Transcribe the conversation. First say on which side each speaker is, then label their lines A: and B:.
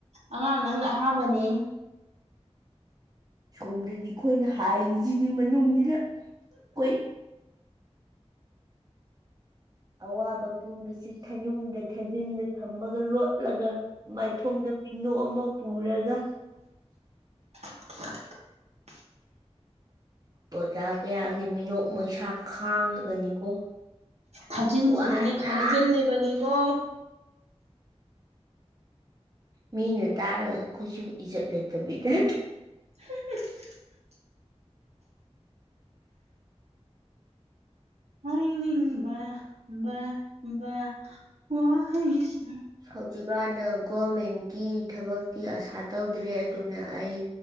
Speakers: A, on the right; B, on the right.
A: ꯑꯉꯥꯡ ꯅꯪꯅ ꯑꯍꯥꯝꯕꯅꯤ
B: ꯁꯣꯝꯗꯗꯤ ꯑꯩꯈꯣꯏꯅ ꯍꯥꯏꯔꯤꯁꯤꯗꯤ ꯃꯅꯨꯡꯁꯤꯗ ꯑꯩꯈꯣꯏ ꯑꯋꯥꯕ ꯄꯨꯨꯝꯕꯁꯤ ꯊꯅꯨꯡꯗ ꯊꯥꯖꯤꯟꯗ ꯊꯝꯃꯒ ꯂꯣꯠꯂꯒ ꯃꯥꯏꯊꯣꯡꯗ ꯃꯤꯅꯣꯛ ꯑꯃ ꯄꯨꯔꯒ
A: <inaudible>
B: ꯑꯣꯖꯥ ꯀꯌꯥꯒꯤ ꯃꯤꯅꯣꯛ ꯃꯩꯁꯥ ꯈꯥꯡꯉꯒꯅꯤꯀꯣ
A: ꯈꯥꯖꯤꯟꯁꯤꯗꯅꯦ
B: ꯋꯥꯅ
A: ꯈꯪꯖꯤꯜꯂꯤꯕꯅꯤꯀꯣ
B: ꯃꯤꯅ ꯇꯥꯔꯒ ꯑꯩꯈꯣꯏꯁꯨ ꯏꯖꯠ ꯂꯩꯇꯕꯤꯗ
A: ꯍꯍ ꯍꯥꯏꯅꯤꯡꯕ ꯕ ꯕ ꯋꯥꯍꯩꯁꯦ
B: ꯍꯧꯖꯤꯛꯀꯥꯟꯗ ꯒꯣꯔꯃꯦꯟꯀꯤ ꯊꯕꯛꯇꯤ ꯑꯁꯥ ꯇꯧꯗ꯭ꯔꯦ ꯑꯗꯨꯅ ꯑꯩ